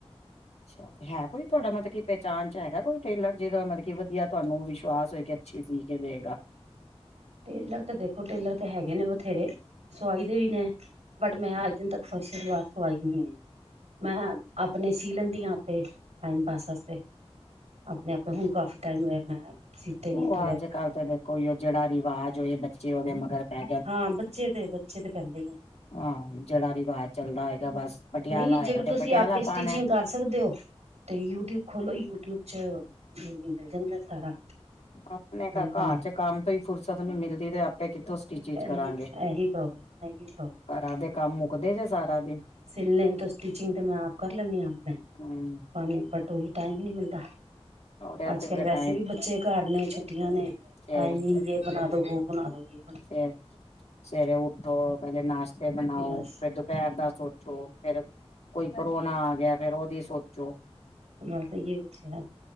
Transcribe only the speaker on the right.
ਟੇਲਰ ਤੇ ਦੇਖੋ ਟੇਲਰ ਤੇ ਹੈਗੇ ਨੇ ਬਥੇਰੇ ਸਵਾਈ ਦੇ ਵੀ ਨੇ ਬਟ ਮੈਂ ਅੱਜ ਦਿਨ ਤੱਕ ਫਰਸ਼ੀ ਸਲਵਾਰ ਸਵਾਈ ਨੀ ਐ ਮੈਂ ਆਪਣੇ ਸੀ ਲੈਂਦੀ ਆ ਆਪੇ, ਟਾਈਮ ਪਾਸ ਵਾਸਤੇ ਆਪਣੇ ਆਪ ਹੁਣ ਕਾਫੀ ਟਾਈਮ ਹੋਇਆ ਮੈਂ ਸੀਤੇ ਨੀ
ਥੋੜਾ
ਹਾਂ ਬੱਚੇ ਤੇ ਬੱਚੇ ਤੇ ਪੈਂਦੇ ਨੀ।
ਨਹੀਂ ਜੇਕਰ
ਤੁਸੀਂ
ਆਪੇ
ਸਟਿਚਿੰਗ ਕਰ ਸਕਦੇ ਓ ਤੇ ਯੂਟਿਊਬ ਖੋਲੋ ਯੂਟਿਊਬ ਚ ਮਿਲ ਜਾਂਦਾ ਸਾਰਾ
ਜਿਵੇਂ
ਬਣਾਉਣਾ
ਇਹੀ ਇਹੀ ਪ੍ਰੋਬਲਮ ਇਹੀ ਪ੍ਰੋਬਲਮ
ਸਿਰਨੇ ਨੂੰ ਤੋਂ ਸਟਿਚਿੰਗ ਤੇ ਮੈਂ ਆਪ ਕਰ ਲੈਣੀ ਆ ਆਪਣੇ,
<unintelligible> ਟਾਈਮ ਨੀ ਮਿਲਦਾ।
ਅੱਜ ਕੱਲ
ਵੈਸੇ
ਵੀ ਬੱਚੇ ਘਰ ਨੇ ਛੁੱਟੀਆਂ ਨੇ,
ਟਾਈਮ ਈ ਨੀ ਜੇ ਬਣਾ ਦੋ ਵੋ ਬਣਾ ਦੋਗੇ।
ਬਸ
ਬਸ, ਆਈੳ ਈ ਕੁਛ ਹੈ।